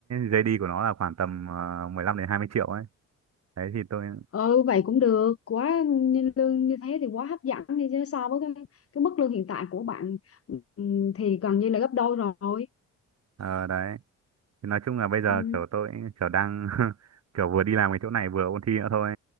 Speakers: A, on the right (about 60°); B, on the left (about 50°).
A: giây đi của nó là khoảng tầm ờ, 15 đến 20 triệu ấy. Đấy thì tôi
B: ừ vậy cũng được quá như lương như thế thì quá hấp dẫn đi chứ so với cái cái mức lương hiện tại của bạn ừm, thì gần như là gấp đôi rồi
A: ờ, đấy thì nói chung là bây giờ
B: ừ,
A: kiểu tôi kiểu đang <laughs> kiểu vừa đi làm cái chỗ này vừa ôn thi nữa thôi